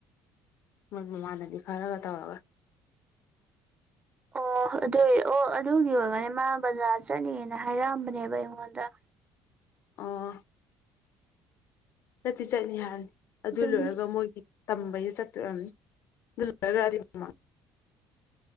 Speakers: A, on the left (about 60°); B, on the right (about 30°).
A: ꯃꯣꯏ ꯃꯃꯥꯟꯅꯕꯤ ꯈꯔꯒ ꯇꯧꯔꯒ
B: ꯑꯣ ꯑꯣ ꯑꯗꯨꯏ ꯑꯣ ꯑꯗꯨꯒꯤ ꯑꯣꯏꯔꯝꯒꯅꯤ ꯃꯥ ꯕꯖꯥꯔ ꯆꯠꯅꯤꯅ ꯍꯥꯏꯔ꯭ꯝꯕꯅꯦꯕ ꯑꯩꯉꯣꯟꯗ
A: ꯑꯣ ꯆꯠꯇꯤ ꯆꯠꯅꯤ ꯍꯥꯏꯕꯅꯤ ꯑꯗꯨ
B: ꯑꯗꯨꯒꯤ
A: ꯂꯣꯏꯔꯒ ꯃꯣꯏꯒꯤ ꯇꯝꯕꯩ ꯆꯠꯇꫭꯏ ꯑꫭꯏꯔꯝꯅꯤ ꯑꯗꯨ ꯂꫭꯏꯔꯒ ꯑꯗꯨꯏ ꯃꯃꯥꯡ